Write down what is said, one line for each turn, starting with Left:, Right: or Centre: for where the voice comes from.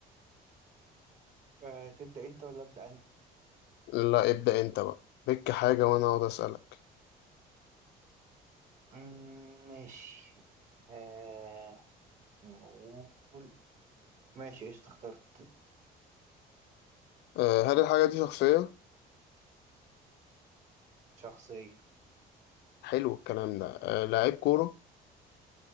Right: أه تبدا انت ولا ابدا انا
Left: لا ابدأ انت بقى بك حاجة وانا اقعد اسألك
Right: أمم، ماشي أه نقول ماشي ايش اخترت
Left: آه، هل الحاجة دي شخصية؟
Right: شخصيه
Left: حلو الكلام ده آه، لعيب كورة